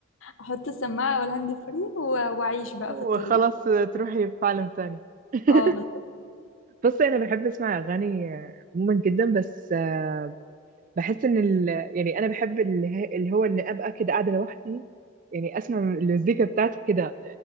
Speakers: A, on the left; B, on the right.
A: احط السماعة والهاند فري و- واعيش بقى
B: وخلاص
A: في الطريق
B: تروحي في عالم تاني <laughs>
A: اه بالظبط
B: بص انا بحب اسمع اغاني آه، عموما جدا بس آه، بحس ان ال... يعني انا بحب اللي, هي... اللي هو ان ابقى كده قاعده لوحدي يعني اسمع المزيكا بتاعتي كده